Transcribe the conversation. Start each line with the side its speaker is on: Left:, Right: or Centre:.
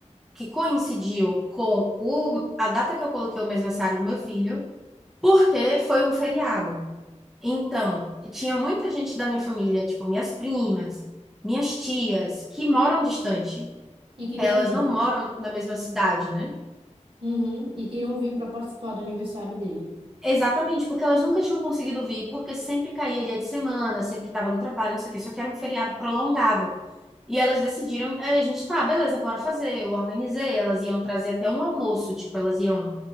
Centre: que coincidiu com o, a data que eu coloquei o mêsversário do meu filho, porque foi um feriado. Então, tinha muita gente da minha família, tipo minhas primas, minhas tias, que moram distante.
Right: E queriam
Centre: Elas
Right: vir.
Centre: não moram na mesma cidade, né?
Right: Uhum, e queriam vir para participar do aniversário dele.
Centre: Exatamente, porque elas nunca tinham conseguido vir, porque sempre caía dia de semana, sempre estava no trabalho, não sei o quê, só que era um feriado prolongado. E elas decidiram, é, a gente, tá, beleza, bora fazer. Eu organizei, elas iam trazer até um almoço, tipo, elas iam.